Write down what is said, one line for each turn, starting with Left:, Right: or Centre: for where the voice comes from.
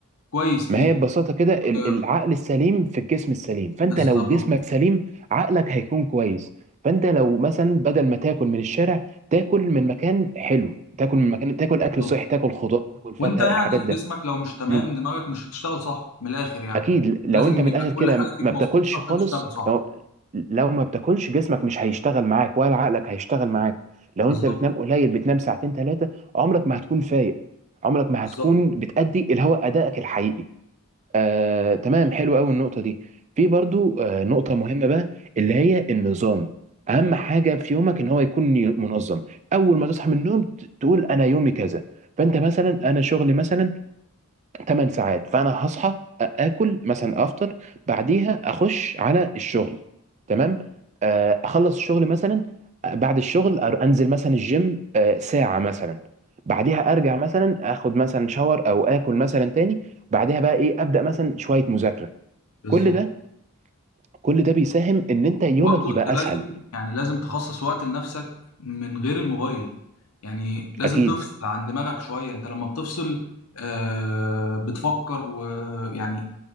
Left: كويس
Right: ما
Left: ليك
Right: هي ببساطة كده ال-
Left: آه،
Right: العقل السليم في الجسم السليم فأنت
Left: بالظبط
Right: لو جسمك سليم عقلك هيكون كويس فأنت لو مثلا بدل ما تاكل من الشارع تاكل من مكان حلو تاكل من مكان تاكل أكل
Left: بالظبط.
Right: صحي تاكل خضار تاكل فاكهة
Left: وانت يعني
Right: الحاجات ده
Left: جسمك لو مش تمام
Right: مم.
Left: دماغك مش هتشتغل صح من الاخر يعني
Right: أكيد لو
Left: لازم
Right: أنت من
Left: يبقى
Right: الآخر كده
Left: كل حاجه فيك
Right: ما
Left: مظبوطه
Right: بتاكلش
Left: عشان
Right: خالص
Left: تشتغل صح
Right: لو لو ما بتاكلش جسمك مش هيشتغل معاك ولا عقلك هيشتغل معاك لو
Left: بالظبط
Right: أنت بتنام قليل بتنام ساعتين ثلاثة عمرك ما هتكون فايق عمرك ما
Left: بالظبط
Right: هتكون بتأدي اللي هو أدائك الحقيقي آه، تمام حلو قوي النقطة دي في برضو آه، نقطة مهمة بقى اللي هي النظام أهم حاجة في يومك إن هو يكون ي- منظم أول ما تصحى من النوم ت- تقول أنا يومي كذا فأنت مثلا أنا شغلي مثلا 8 ساعات فانا هصحى اكل مثلا افطر بعديها اخش على الشغل تمام آه، اخلص الشغل مثلا آه، بعد الشغل أر- انزل مثلا الجيم آه، ساعة مثلا بعديها ارجع مثلا اخد مثلا شاور او اكل مثلا تاني بعدها بقى ايه ابدا مثلا شوية مذاكرة
Left: بالظبط
Right: كل ده كل ده بيساهم ان انت يومك
Left: برضه
Right: يبقى
Left: انت
Right: اسهل
Left: لازم يعني لازم تخصص وقت لنفسك من غير الموبايل يعني لازم
Right: اكيد
Left: تفصل عن دماغك شوية انت لما بتفصل آه بتفكر ويعني